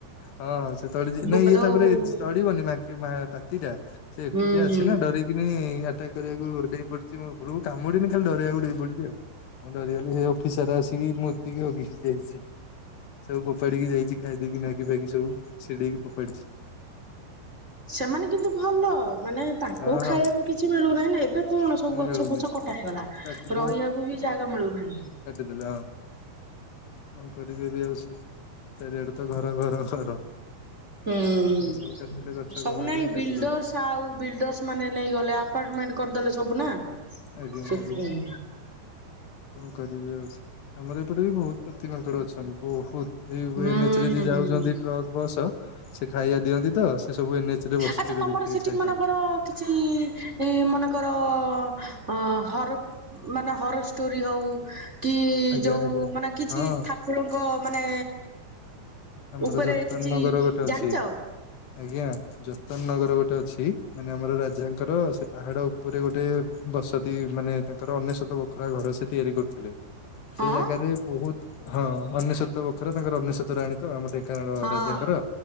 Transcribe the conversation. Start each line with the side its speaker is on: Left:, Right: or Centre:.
Left: ହଁଁ, ସେତେବେଳେ ଯି
Right: ବୋପାଲୋ
Left: ନାଇଁ ଇଏ ତାପରେ
Right: ହୁଁ
Left: ତଡିବନି ମାଙ୍କି ମା ପାତି ଟା ସେ ଏକୁଟିଆ
Right: ହୁଁ
Left: ଅଛି ନା ଡରିକିନି ଆ ତା କରିବାକୁ ଡେଇ ପଡିଛି ମୋରୁ କାମୁଡିନି ଖାଲି ଡରେଇବାକୁ ଡେଇଁ ପଡିଛି ଆଉ। ମୁଁ ଡରିଗନି, ସେଇ ଅଫିସର ଆସିକି ମୁତିକି ହଗିକି ଯାଇଛି। ସବୁ ଫୋପାଡିକି ଯାଇଛି ଖାଇ ଦେଇକି ମ୍ୟାଗି ଫ୍ୟାଗି ସବୁ ଚିଡ଼େଇକି ଫୋପାଡିଛି।
Right: ସେମାନେ କିନ୍ତୁ ଭଲ ମାନେ ତାଙ୍କୁ
Left: ହଁ
Right: ଖାଇବାକୁ
Left: ହଁ
Right: କିଛି ମିଳୁନାହିଁ ନା ଏବେ କଣ ସବୁ ଗଛ
Left: ମିଳୁନି
Right: ଫଛ କଟା
Left: ହଁ
Right: ହେଇଗଲା ରହିବାକୁ ବି ଜାଗା ମିଳୁନାହିଁ।
Left: ଲ କଣ କରିବି ଏ ବି ଆଉ ସେ ଚାରିଆଡେ ତ ଘର, ଘର, ଘର,
Right: ହୁଁ
Left: ସବୁ କାଟିଲେ ଗଛ
Right: ସବୁ
Left: ଗଭର୍ଣ୍ଣମେଣ୍ଟ
Right: ନାଇଁ
Left: ବି
Right: ବିଲଡର୍ସ
Left: କାଟି ଦଉଛି
Right: ଆଉ ବିଲଡର୍ସ ମାନେ ନେଇଗଲେ ଆପାର୍ଟମେଣ୍ଟ କରିଦେଲେ ସବୁ ନା।
Left: ଆଜ୍ଞା
Right: ସେଥିପାଇଁ
Left: ଆଜ୍ଞା କଣ କରିବି ଆଉ ଆମର ଏପଟେ ବି ବହୁତ ପତି ମାଙ୍କଡ ଅଛନ୍ତି ବହୁତ ଏଇ
Right: ହୁଁ।
Left: ଏନ୍ ଏଚ ରେ ଯେ ଯାଉଛନ୍ତି ଟ୍ରକ୍ ବସ ସେ ଖାଇବା ଦିଅନ୍ତି ତ ସବୁ ଏନ୍ଏଚ ରେ ବସିଥିବେ
Right: ଆଚ୍ଛା ତମର
Left: ଦେଖିବେ
Right: ସେଠି
Left: ଛାଇ
Right: ମାନେକର
Left: ତଳେ
Right: କିଛି ଏ ମନେକର ତ ଅ ହର ମାନେ ହର ଷ୍ଟୋରି ହଉ କି
Left: ଆଜ୍ଞା
Right: ଯୋଉ
Left: ଆଜ୍ଞା
Right: ମାନେ କିଛି
Left: ହଁ
Right: ଠାକୁରଙ୍କ ମାନେ
Left: ଆମର
Right: ଉପରେ
Left: ଯତନ
Right: କିଛି
Left: ନଗର ଗୋଟେ ଅଛି
Right: ଜାଣିଛ?
Left: ଆଜ୍ଞା ଯୋତନ ନଗର ଗୋଟେ ଅଛି ମାନେ ଆମର ରାଜାଙ୍କର ସେ ପାହାଡ ଉପରେ ଗୋଟେ ବସତି ମାନେ ତାଙ୍କର ଅନ୍ୟେଶ୍ୱତ ବୋଖରା ଘର ସେ ତିଆରି କରୁଥିଲେ
Right: ହଁ
Left: ସେ ଜାଗାରେ ବହୁତ ହଁ ଅନେଶ୍ୱତ ବଖରା ତାଙ୍କର ଅନେଶତ ରାଣି କାରଣ
Right: ହଁ
Left: ରାଜାଙ୍କର